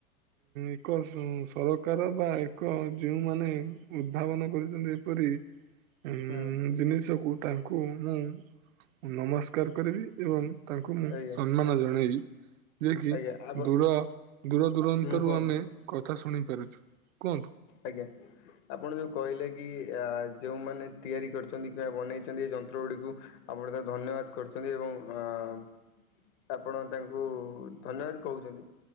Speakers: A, on the right; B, on the left.
A: ଏକ ସ ସରକାର ବା ଏକ ଯେଉଁମାନେ ଉଦ୍ଭାବନ କରିଛନ୍ତି ଏପରି ଉଁ
B: ହୁଁ
A: ଜିନିଷକୁ ତାଙ୍କୁ ମୁଁ ନମସ୍କାର କରିବି ଏବଂ ତାଙ୍କୁ ମୁଁ
B: ଆଜ୍ଞା
A: ସମ୍ମାନ ଜଣାଇବି ଯିଏ କି
B: ଆଜ୍ଞା ଆପ
A: ଦୂର ଦୂର ଦୂରାନ୍ତରୁ
B: ହୁଁ କୁହନ୍ତୁ
A: ଆମେ କଥା ଶୁଣି ପାରୁଛୁ। କୁହନ୍ତୁ।
B: ଆଜ୍ଞା ଆପଣ ଯୋଉ କହିଲେ କି ଆ ଯେଉଁମାନେ ତିଆରି କରିଛନ୍ତି କିମ୍ବା ବନେଇଛନ୍ତି ଏ ଯନ୍ତ୍ର ଗୁଡ଼ିକୁ ଆପଣ ତାଙ୍କୁ ଧନ୍ୟବାଦ କରୁଛନ୍ତି ଏବଂ ପ ଆଁ ଆପଣ ତାଙ୍କୁ ଧନ୍ୟବାଦ କହୁଛନ୍ତି।